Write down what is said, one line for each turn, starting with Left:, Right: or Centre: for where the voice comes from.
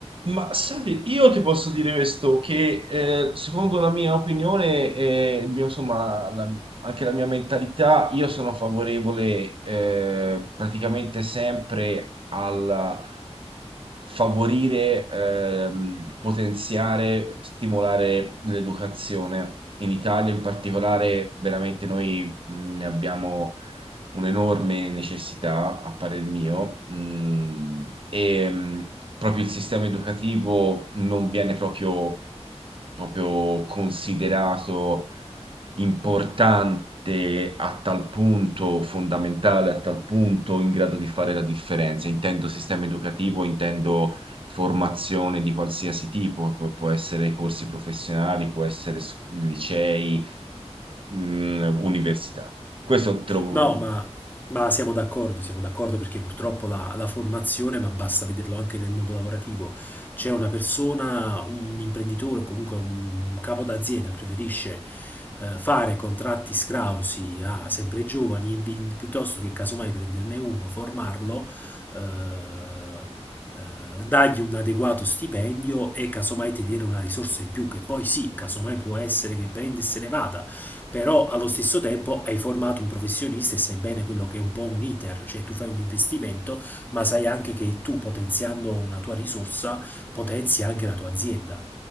Right: Ma senti, io ti posso dire questo, che eh, secondo la mia opinione, e il mio, insomma, la- anche la mia mentalità, io sono favorevole eh, praticamente sempre al favorire, ehm, potenziare, stimolare l'educazione. In Italia in particolare, veramente noi mh, ne abbiamo un'enorme necessità, a parer mio, mh, e mh, proprio il sistema educativo non viene proprio, proprio considerato importante a tal punto, fondamentale a tal punto, in grado di fare la differenza. Intendo sistema educativo, intendo formazione di qualsiasi tipo, pu- può essere corsi professionali, può essere sc- licei, mh, università. Questo te lo,
Left: No, ma, ma siamo d'accordo, siamo d'accordo perché purtroppo la, la formazione, ma basta vederlo anche nel mondo lavorativo, c'è una persona, un imprenditore o comunque un capo d'azienda preferisce eh, fare contratti scrausi a sempre giovani e vi- piuttosto che casomai prenderne uno, formarlo, eh, eh, dargli un adeguato stipendio e casomai tenere una risorsa in più che poi sì, casomai può essere che prendi e se ne vada però allo stesso tempo hai formato un professionista e sai bene quello che è un po' un iter, cioè tu fai un investimento, ma sai anche che tu potenziando una tua risorsa potenzi anche la tua azienda.